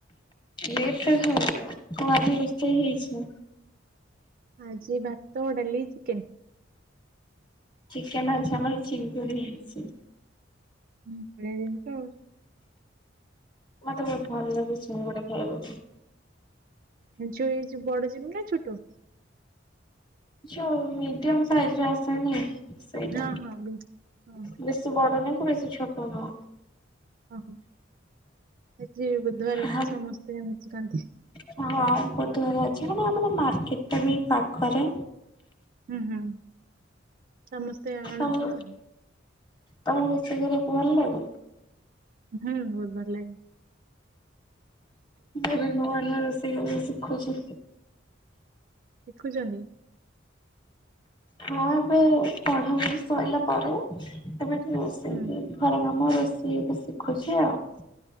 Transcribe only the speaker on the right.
ଆଜି ଭା ଡ଼ାଲି, ଚିକେନ୍।
ହୁଁ ବିରିଆନି ତ।
ଯ ବଡ ଚିଙ୍ଗୁଡ଼ି ନା ଛୋଟ।
ହଁ ହଁ ବ ହଁ।
ଓହୋ। ଯ ବୁଧବାର ଅଛି
ସମସ୍ତେ ଆମିଷ ଖାଆନ୍ତି।
ହୁଁ ହୁଁ ସମସ୍ତେ
ଆଣୁଥିବେ ଆଉ।
ହୁଁ ବହୁତ ଭଲ ଲାଗେ।
ଶିଖୁଛନ୍ତି।
ହୁଁ